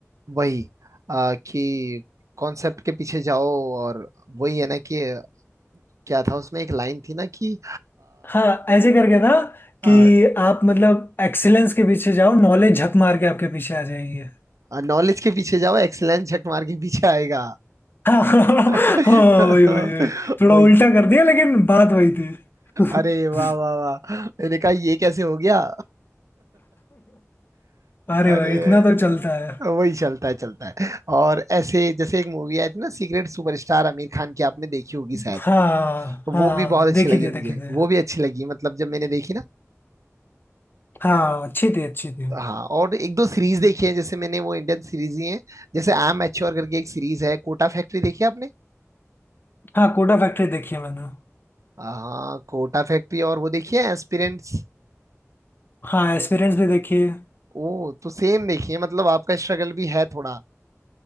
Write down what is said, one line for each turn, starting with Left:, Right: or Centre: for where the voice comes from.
Right: वही आ, कि कॉन्सेप्ट के पीछे जाओ और वही है ना कि क्या था उसमें एक लाइन थी ना कि
Left: हाँ ऐसे करके था
Right: आ,
Left: कि आप मतलब एक्सीलेंस के पीछे जाओ नॉलेज झक मार के आपके पीछे आ जाएगी
Right: नॉलेज के पीछे जाओ एक्सलेंस झक मार के पीछे आएगा
Left: हाँ <laughs> हाँ
Right: <laughs>
Left: वही वही वही थोड़ा
Right: वही
Left: उल्टा कर दिया लेकिन बात वही थी <laughs>
Right: अरे वाह वाह वाह मैंने कहा ये कैसे हो गया
Left: अरे
Right: अरे
Left: भाई इतना तो चलता है
Right: वही चलता है चलता है और ऐसे जैसे एक मूवी आई थी ना सीक्रेट सुपरस्टार आमिर खान की आपने देखी होगी शायद
Left: हाँ
Right: वो
Left: हाँ
Right: भी बहुत अच्छी
Left: देखी
Right: लगी
Left: थी देखी
Right: मुझे
Left: थी
Right: वो भी अच्छी लगी मतलब जब मैंने देखी ना
Left: हाँ अच्छी थी अच्छी थी
Right: हाँ और एक दो सीरीज देखी है जैसे मैंने वो इंडियन सीरीज ही है जैसे आई एम मैच्योर करके एक सीरीज है कोटा फैक्ट्री देखी है आपने
Left: हाँ कोटा फैक्ट्री देखी है मैंने
Right: हाँ कोटा फैक्ट्री और वो देखी है एस्पिरेंट्स
Left: हाँ एक्सपीरियंस भी देखी है
Right: ओ तो सेम देखिए मतलब आपका स्ट्रगल भी है थोड़ा